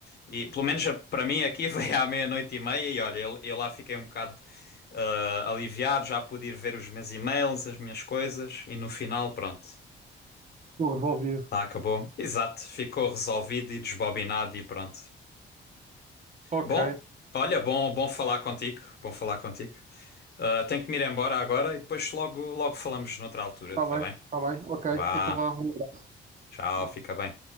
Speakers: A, on the left; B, on the right.
A: E pelo menos a- para mim aqui <laughs> veio à meia-noite e meia e olha, eu, eu lá fiquei um bocado ah, aliviado, já pude ir ver os meus e-mails, as minhas coisas e no final, pronto,
B: tudo resolvido.
A: lá acabou. Exato, ficou resolvido e desbobinado e pronto.
B: Ok,
A: Bom, olha, bom, bom falar contigo, bom falar contigo. Ah, tenho que me ir embora agora e depois logo, logo falamos noutra altura,
B: está
A: tá
B: bem,
A: bem?
B: está bem, ok.
A: Vá,
B: Então vá, um abraço.
A: tchau, fica bem.